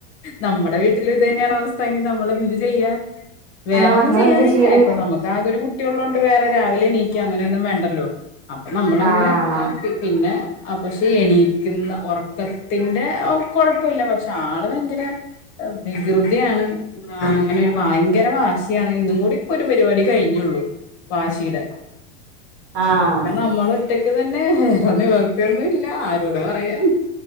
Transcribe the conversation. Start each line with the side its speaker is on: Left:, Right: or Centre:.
Left: നമ്മുടെ വീട്ടിൽ ഇതനെ ക്ക്ണ അവസ്ഥ ഇനിനമ്മളന്ത് ചെയ്യ വേറൊന്നും
Right: ആഹ് ഇങ്ങളെന്താ
Left: ചെയ്യാനില്ല
Right: ചെയ്യല്
Left: അപ്പ നമുക്ക് ആകൊരു കുട്ടിയുള്ളൊണ്ട് വേറെ രാവിലെ എണീക്ക അങ്ങനെ ന്നും വേണ്ടല്ലോ നമ്മളങ്ങ്
Right: ആഹ്
Left: അപിന്നെ അ പക്ഷെ എണീക്കുന്ന ഉറക്കത്തിന്റെ അകൊഴ്പ്പല്ല പക്ഷെ ആള് ഭയങ്കര വികൃതിയാണ് അങ്ങനൊരു ഭ ഭയങ്കര വാശി <unintelligible> ണ് ഇന്നൂടിം ഒരു പരിപാടി കഴിഞ്ഞുള്ളു വാ ശീടെ
Right: ആഹ്
Left: അതൊക്കെനമ്മളെറ്റക്ക് തന്നെ പ്പം നിവർത്തിയൊന്നുല്ല ആരോട് പറയാൻ